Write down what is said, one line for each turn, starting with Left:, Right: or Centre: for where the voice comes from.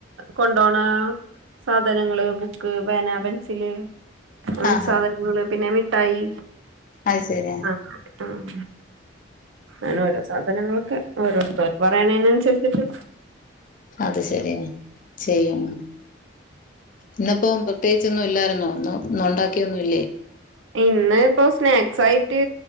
Right: കൊണ്ടോണ സാധനങ്ങള് ബുക്ക് പേന പെൻസില് ഹൻ
Left: ആഹ്
Right: സാധനങ്ങള് പിന്നെ മിഠായി
Left: അത് ശരിയാ
Right: ആഹ് ആഹ് അങ്ങനെ ഓരോ സാധനങ്ങള് ക്കെ ഓരോരുത്തര് പറയണെനന്സരിച്ചിട്ട്
Left: അത് ശരി ചെയ്യും ഇന്ന്പ്പോ പ്രത്യേകിചൊന്നും ഇല്ലായിരുന്നോ ഇന്ന് ഒണ്ടാക്കിയൊന്നും ഇല്ലേ
Right: ഇന്ന് ഇപ്പോ സ്നാക്സ് ആയിട്ട്